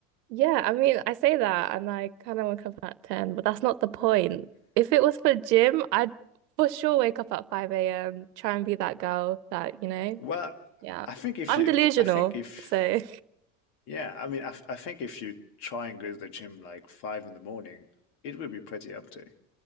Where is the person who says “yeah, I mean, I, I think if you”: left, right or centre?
Left